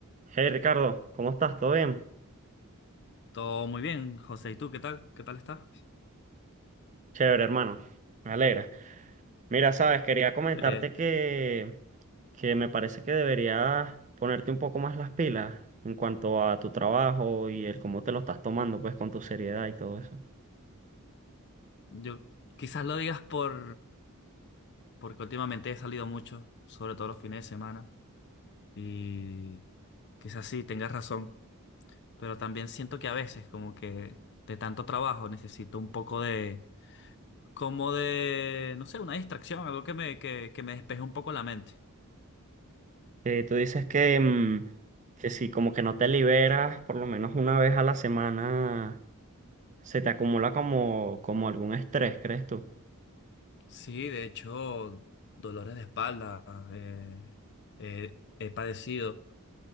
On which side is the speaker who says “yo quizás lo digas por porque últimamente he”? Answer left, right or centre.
Left